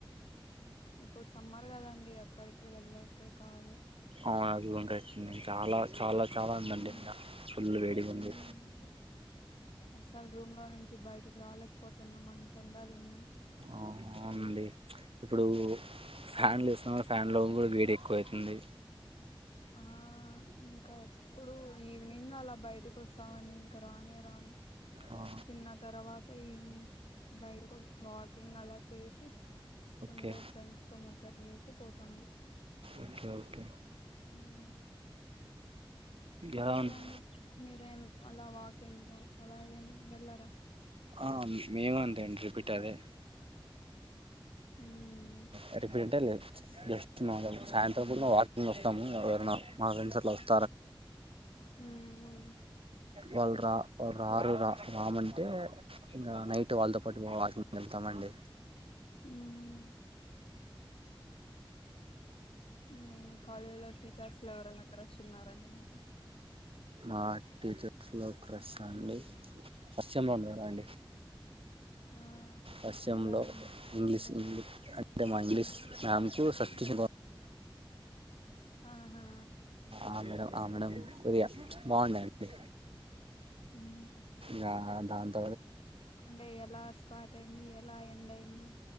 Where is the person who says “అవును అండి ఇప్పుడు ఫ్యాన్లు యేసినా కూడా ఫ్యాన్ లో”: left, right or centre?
Right